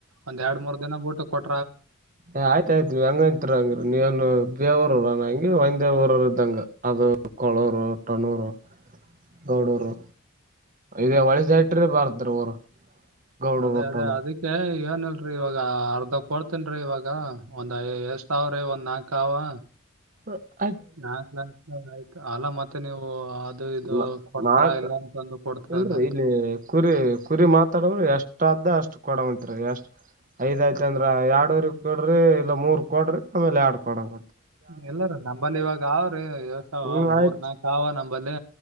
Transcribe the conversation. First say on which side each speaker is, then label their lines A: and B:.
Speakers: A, on the right; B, on the right.
A: ಒಂದ್ ಎರಡು ಮೂರ್ ದಿನ ಬುಟ್ಟು ಕೊಟ್
B: ಏ ಆಯ್ತಾಯ್ತು ನೀವ್ ಹೆಂಗಂತೀರೀ ಹಂಗ್ರೀ ನೀವೇನು ಬೇರೆಊರವ್ರ ಹಂಗೆ ಒಂದೆ ಊರವ್ರ ಇದ್ದಂಗ ಅದು ಕೊಳ್ಳೂರು, ಟೊನ್ನೂರು ಗೌಡೂರು ಇದೆ ಹೊಳಿ ದಾಟೀದ್ರ ಬರದ್ರೀ ಊರು ಗೌಡ
A: ಅದೇ
B: ರೊಟ್ಟನು
A: ಅದೇ ಅದಕ್ಕೆ ಏನಿಲ್ರಿ ಇವಾ ಗ ಅರ್ಧ ಕೊಡ್ತೇನ್ರೀ ಇವಾಗ ಒಂದ್ ಎಷ್ಟಾವ್ರಿ ಒಂದ್ ನಾಕ ಅವಾ
B: ಹ್ಮ
A: ನಾಲ್ಕ, ಅಲ್ಲ ಮತ್ತೆ ನೀವು ಅದು ಇದು
B: ಮಾ
A: ಕೊಡ್ತಾರ
B: ಮಾತ್
A: ಇಲ್ಲ ಅಂತಂದು ಕೊಡ್ತಾರ
B: ಇಲ್ರಿ
A: ಇಲ್ಲ ಅಂತ
B: ಇಲ್ಲಿ ಕುರಿ ಕುರಿ ಮಾತಾಡೋರ ಎಷ್ಟ್ ಷ್ಟಾದ್ಧ ಅಷ್ಟು ಕೊಡುಮಂತರಿ ಎಷ್ಟ ಐದಾಯ್ತ ಅಂದ್ರ ಎರಡೂವರಿಗೆ ಕೊಡ್ರಿ ಇಲ್ಲ ಮೂರ್ ಕೊಡ್ರಿ ಆಮೇಲೆ ಎರಡ್ ಕೊಡಬ
A: ಇಲ್ಲಾರೀ ನಂಬಲ್ಲಿ ಇವಾಗ ಅವ್ರಿ ಇಳಸಾವ
B: ಹ್ಮ್
A: ಮೂರ್
B: ಆಯ್ತ್
A: ನಾಕ ಅವ ನಂಬಲ್ಲಿ